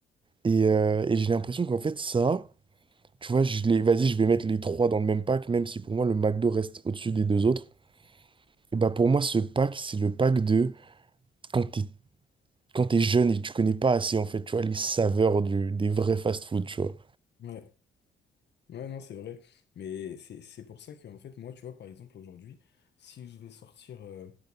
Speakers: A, on the right; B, on the left.
A: Et, euh, et j'ai l'impression qu'en fait, ça. Tu vois, je les... vas-y, je vais mettre les trois dans le même pack, même si pour moi le McDo reste au-dessus des deux autres. Et bah pour moi, ce pack, c'est le pack de quand t'es quand t'es jeune et tu connais pas assez, en fait, tu vois, les saveurs du... des vrais fast-food, tu vois.
B: ouais, ouais, non, c'est vrai. Mais c'est, c'est pour ça que, en fait, moi, tu vois, par exemple, aujourd'hui, si je vais sortir euh,